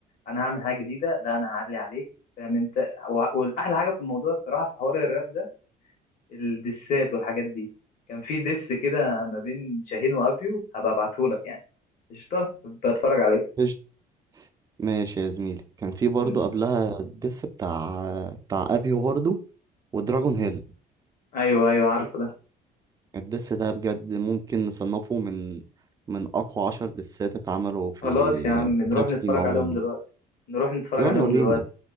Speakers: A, on the left (about 55°); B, on the right (about 20°).
A: انا هعمل حاجة جديدة لا انا هعلي عليك فاهم انت و- والاحلى حاجة في الموضوع الصراحة في حوار الراب ده الدسات والحاجات دي كان في دس كده ما بين شاهين وابيو هبقى ابعتهولك يعني قشطة بتفرج عليه
B: إيش- ماشي يا زميلي كان في برضه
A: مم.
B: قبلها الدس بتاع بتاع ابيو برضه ودراجون هيل
A: ايوه ايوه عارفه ده
B: الدس ده بجد ممكن نصنفه من من أقوى عشر دسات اتعملوا في
A: خلاص يا عم نروح
B: الراب
A: نتفرج
B: سين عموما
A: عليهم دلوقتي نروح نتفرج
B: يلا
A: عليهم
B: بينا
A: دلوقتي